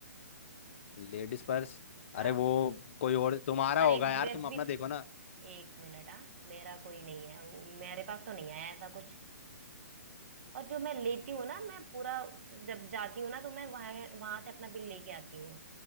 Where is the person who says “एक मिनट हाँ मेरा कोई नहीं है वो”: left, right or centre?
Right